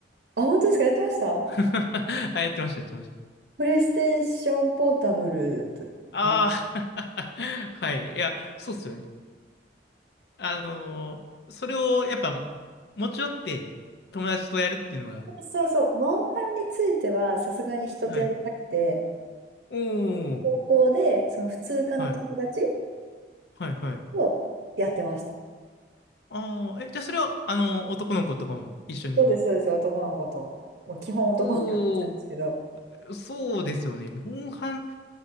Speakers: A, on the right; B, on the left.
A: あ、本当ですかやってました
B: <laughs> あ、やってました、やってました。
A: プレイステーションポータブルと、
B: ああ、
A: ね。
B: <laughs> はい。いや、そうっすよね。あのーそれをやっぱ持ち寄って友達とやるっていうのが、
A: そうそう、モンハンについてはさすがに人とやりたくて、
B: はい。お
A: 高校でその普通科の友達
B: お、はい、はい、はい。
A: とやってました。
B: ああ、え、じゃあそれは、あのー男の子とかも一緒に。
A: そうです、そうです、男の子と。もう基本男の子だったんですけど。
B: おお、そうですよね。モンハン、